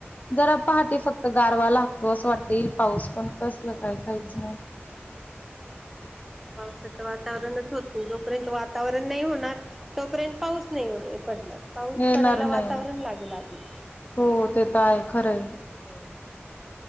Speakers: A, on the left; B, in the centre.
A: जरा पहाटे फक्त गारवा लागतो असं वाटत येईल पाऊस पण कसल काय काहीच
B: हम्म
A: नाही.
B: पावसाच वातावरणच होत नाही जोपर्यंत वातावरण नाही होणार तोपर्यंत पाऊस नाही हो पडणार. पाऊस
A: येणार
B: पडायला
A: नाही
B: वातावरण लागल आधी
A: हो ते तर आहे खरंय
B: हो.